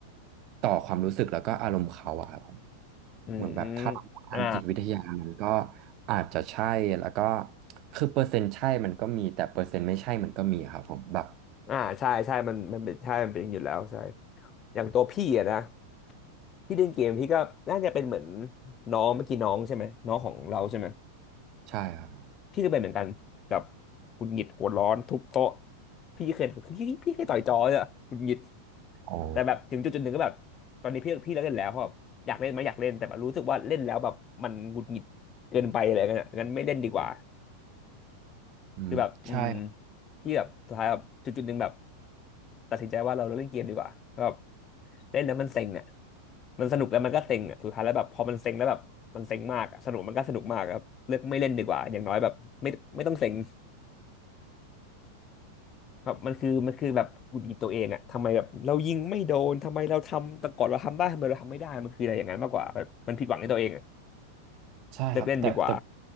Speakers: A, on the right; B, on the left.
A: ต่อความรู้สึกแล้วก็อารมณ์เขาอะครับผม
B: อืมอม
A: เหมือนแบบถ้าเราพูดทางจิตวิทยามันก็
B: อ่า
A: อาจจะใช่แล้วก็คือเปอร์เซ็นต์ใช่มันก็มีแต่เปอร์เซ็นต์ไม่ใช่มันก็มีครับผมแบบ
B: อ่าใช่ใช่มันมันเป็นใช่ มันเป็นอยู่แล้วใช่อย่างตัวพี่อะนะพี่เล่นเกมพี่ก็น่าจะเป็นเหมือนน้องเมื่อกี้น้องใช่ไหมน้องของเราใช่ไหม
A: ใช่ครับ
B: พี่ก็เป็นเหมือนกันแบบหงุดหงิดหัวร้อนทุบโต๊ะพี่เคยพี่พี่เคยต่อยจอเลยอะหงุดหงิด
A: อ๋อ
B: แต่แบบถึงจุดจุดหนึ่งก็แบบตอนนี้พี่พี่เลิกเล่นแล้วเพราะแบบอยากเล่นไหมอยากเล่นแต่แบบรู้สึกว่าเล่นแล้วแบบมันหงุดหงิดเกินไปอะไรเงี้ยงั้นไม่เล่นดีกว่า
A: อืมใช่
B: คือแบบอืมพี่แบบสุดท้ายแบบจุดจุดหนึ่งแบบตัดสินใจว่าเราเล่นเกมดีกว่าแบบเล่นแล้วมันเซ็งอ่ะมันสนุกแล้วมันก็เซ็งอ่ะสุดท้ายแล้วแบบพอมันเซ็งแล้วแบบมันเซ็งมากอะสนุกมันก็สนุกมากอะครับเลือกไม่เล่นดีกว่าอย่างน้อยแบบไม่ไม่ต้องเซ็ง แบบมันคือมันคือแบบหงุดหงิดตัวเองอะทำไมแบบเรายิงไม่โดนทำไมเราทำแต่ก่อนเราทำได้ทำไมเราทำไม่ได้มันคืออะไรอย่างนั้นมากกว่าแบบมันผิดหวังในตัวเองอะ
A: ใช่ครับแต่แต่
B: เลิกเล่นดีกว่า